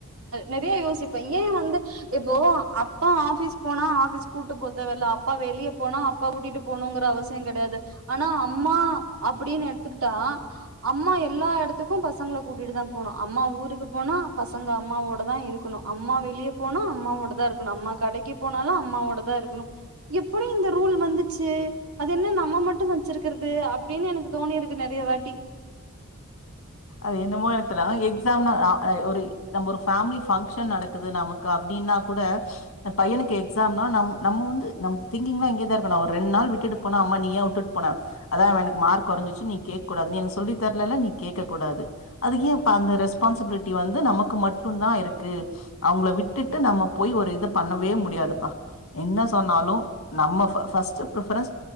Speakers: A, on the right; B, on the left.
A: நெறைய யோசிப்ப ஏன் வந்து இப்போ அப்பா ஆஃபீஸ் போனா ஆஃபீஸ் கூப்ட்டு போ தேவல்ல அப்பா வெளிய போனா அப்பா கூட்டிட்டு போணுங்கற அவசியம் கெடயாது ஆனா அம்மா அப்டின் எடுத்துக்கிட்டா அம்மா எல்லா எடத்துக்கும் பசங்கள கூட்டிட்டு தா போணு அம்மா ஊருக்கு போனா பசங்க அம்மாவோட தா இருக்குணு அம்மா வெளிய போனா அம்மாவோட தா இருக்கணு அம்மா கடைக்கு போனாலும் அம்மாவோட தா இருக்கணு எப்படி இந்த ரூல் வந்துச்சு அது என்ன நம்ம மட்டும் வச்சிருக்கறது அப்டின்னு எனக்கு தோணி இருக்கு நெறைய வாட்டி
B: அது என்னமோ எடத்துல எக்ஸாம் நா ஒ ஒரி நம்ப ஒரு ஃபேமிலி ஃங்க்ஷன் நடக்குது நமக்கு அப்டின்னா கூட பையனுக்கு எக்ஸாம்னா நம் நம்ம வந்து நம் திங்க்கிங்லா இங்கே தா இருக்கணும் ஒரு ரெண் நாள் விட்டுட்டு போனா அம்மா நீ ஏன் உட்டுட் போன அதா எனக்கு மார்க் கொறஞ்சுச்சு நீ கேக் கூடாது நீ எனக் சொல்லி தர்லலா நீ கேக் க கூடாது அது ஏன் பா அந்த ரெஸ்பான்சிபிலிட்டி வந்து நமக்கு மட்டும் தா இருக்கு அவங்கள விட்டுட்டு நம்ம போய் ஒரு இத பண்ணவே முடியாதுப்பா என்ன சொன்னாலும் நம்ம ஃபர்ஸ்ட்டு பிரிஃபரன்ஸ்